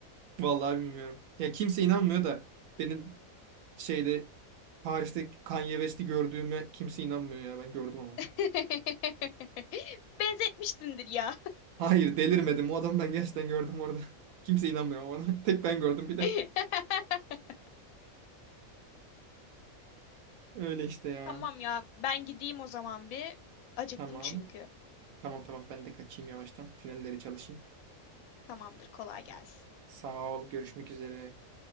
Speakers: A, on the right; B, on the left.
A: Vallahi bilmiyorum. Ya kimse inanmıyor da benim şeyde Paris'te Kanye West'i gördüğüme kimse inanmıyor ya ben gördüm ama.
B: <laughs> Benzetmişsindir ya.
A: Hayır delirmedim. O adamı ben gerçekten gördüm orada. <laughs> Kimse inanmıyor bana. <laughs> Tek ben gördüm bir de.
B: <laughs>
A: Öyle işte ya.
B: Tamam ya, ben gideyim o zaman bir. Acıktım
A: Tamam.
B: çünkü.
A: Tamam tamam ben de kaçayım yavaştan. Finalleri çalışayım.
B: Tamamdır, kolay gelsin.
A: Sağ ol. Görüşmek üzere.